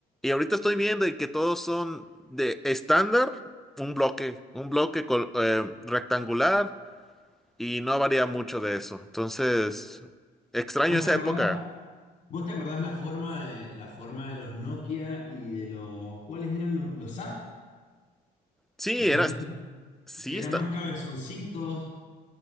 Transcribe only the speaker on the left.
¿Vos
te acordás
la, vos te acordás la forma de, la forma de los Nokia y de los, ¿cuáles eran los, los Sam?
Los
otros
que eran
más cabezoncitos.